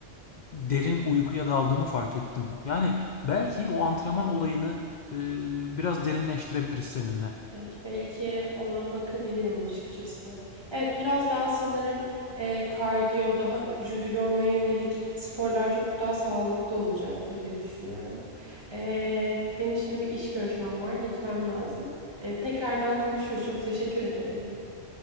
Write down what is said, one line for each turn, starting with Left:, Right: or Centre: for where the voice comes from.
Left: derin uykuya daldığımı fark ettim. Yani belki o antrenman olayını e, biraz derinleştirebiliriz seninle.
Right: Evet, belki ona bakabilirim açıkçası. Evet, biraz daha sanırım e, kardiyo, daha vücudu yormaya yönelik sporlar çok daha sağlıklı olacaktır diye düşünüyorum. E, benim şimdi bir iş görüşmem var, gitmem lazım. E, tekrardan konuşuruz. Çok teşekkür ederim.